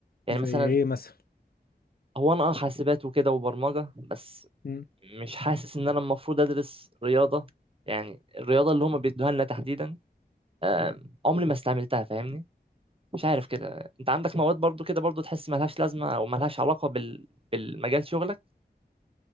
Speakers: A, on the right; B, on the left.
A: يعني
B: زي
A: مثلا
B: ايه مثلا
A: هو انا اه حاسبات وكده وبرمجة بس
B: مم.
A: مش حاسس ان انا المفروض ادرس رياضه يعني الرياضه اللي هما بيدوها لنا تحديدا آه، عمري ما استعملتها فاهمني مش عارف كده انت عندك مواد برضو كده برضو تحس ملهاش لازمه او ملهاش علاقه بال... بالمجال شغلك